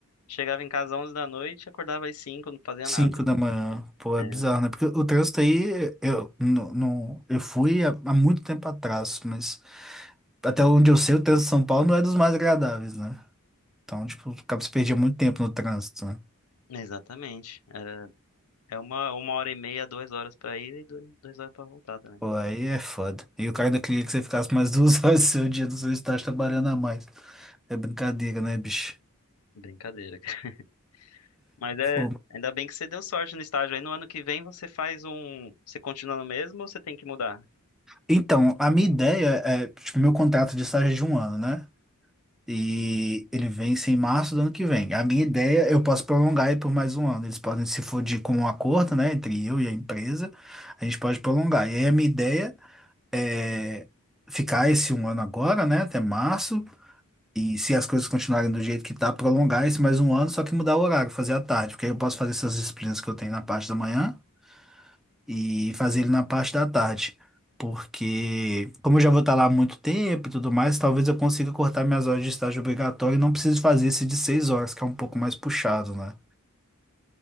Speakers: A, on the left (about 80°); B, in the centre.
A: chegava em casa às 11 da noite, acordava às cinco, não fazia
B: Cinco
A: nada.
B: da manhã, pô,
A: É,
B: é bizarro, né? Porque o trânsito aí, eu, não, não- eu fui há, há muito tempo atrás, mas até onde eu sei, o trânsito de São Paulo não é dos mais agradáveis, né? Então, tipo, acaba se perdia muito tempo no trânsito, né?
A: Exatamente. Era É uma, uma hora e meia, duas horas pra ir e dois, duas horas pra voltar também.
B: Pô, aí é foda. E o cara ainda queria que você ficasse mais duas <laughs> horas do seu dia do seu estágio trabalhando a mais. É brincadeira, né, bicho?
A: Brincadeira, cara. <laughs> Mas é,
B: Pô.
A: ainda bem que você deu sorte no estágio. Aí no ano que vem você faz um. Você continua no mesmo ou você tem que mudar?
B: Então, a minha ideia é, tipo, meu contrato de estágio é de um ano, né? E ele vence em março do ano que vem. A minha ideia, eu posso prolongar ele por mais um ano. Eles podem, se for de com um acordo, né, entre eu e a empresa, a gente pode prolongar. E aí a minha ideia é ficar esse um ano agora, né, até março. E se as coisas continuarem do jeito que tá, prolongar esse mais um ano, só que mudar o horário, fazer à tarde, porque aí eu posso fazer essas disciplinas que eu tenho na parte da manhã e fazer ele na parte da tarde. Porque, como eu já vou estar lá há muito tempo e tudo mais, talvez eu consiga cortar minhas horas de estágio obrigatório e não preciso fazer esse de seis horas, que é um pouco mais puxado, né?